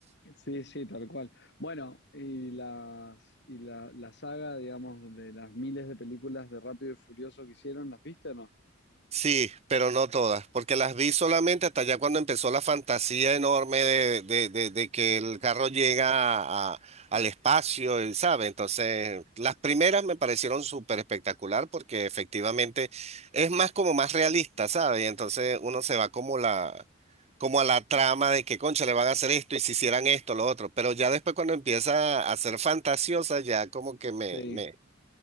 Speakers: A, on the left; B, on the right.
A: sí, sí, tal cual. Bueno, y las, y la, la saga, digamos, de las miles de películas de Rápido y Furioso que hicieron, ¿las viste o no?
B: Sí, pero no todas, porque las vi solamente hasta ya cuando empezó la fantasía enorme de, de, de- de que el carro llega a- al espacio, y sabe. Entonces, las primeras me parecieron súper espectacular porque efectivamente es más como más realista, ¿sabes? Y entonces uno se va como la, como a la trama de que, concha, le van a hacer esto y si hicieran esto, lo otro. Pero ya después cuando empieza a ser fantasiosa, ya como que me,
A: Sí,
B: me,